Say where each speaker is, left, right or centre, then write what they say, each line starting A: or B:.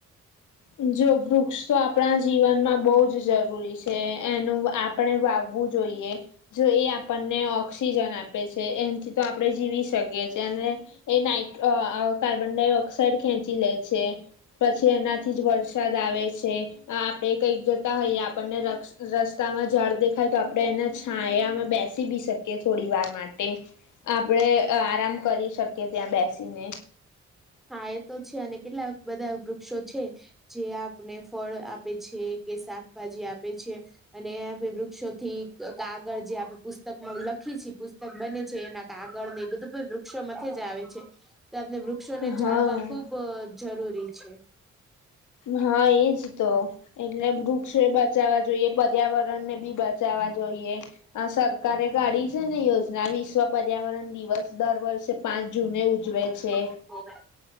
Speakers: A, on the left; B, in the centre.
A: જો વૃક્ષ તો આપણા જીવનમાં બહ જ જરૂરી છે એનું <unintelligible> આપણે વાવવું જોઈએ. જો એ આપણને ઓક્સિજન આપે છે એનથી તો આપણે જીવી શકીએ છે અને એ નાઈટ અ કાર્બન-ડાયોક્સાઈડ ખેંચી લે છે પછી એના થી જ વરસાદ આવે છે. આપણેે કઈક જતા હોઈએ આપણને <unintelligible> રસ્તામાં ઝાડ દેખાય તો આપડે એના છાંયામાં બેસી બી શકીએ થોડી વાર માટે આપણેે આરામ કરી શકીએ ત્યાં બેસીને
B: હા એ તો છે અને કેટલાક બધા વૃક્ષો છે. જે આપને ફળ આપે છે કે શાકભાજી આપે છે. અને આપે વૃક્ષોથી કાગળ જે આપણે પુસ્તકમાં લખી છી <unintelligible> પુસ્તક બને છે એના આગળ ને એ બધું પણ વૃક્ષોમાંથી જ આવે છે તો આપને <unintelligible> વૃક્ષોને
A: હા.
B: જાળવા ખુબ જરૂરી છે.
A: હા એ જ તો એટલે વૃક્ષોએ બચાવવા જોઈએ પર્યાવરણ ને બી <unintelligible> અમદાવાદ હોઈએ આ સરકારે ગાડી યોજના વિશ્વ પર્યાવરણ દિવસ દર વર્ષે પાંચ જૂને ઉજવે છે
B: <unintelligible>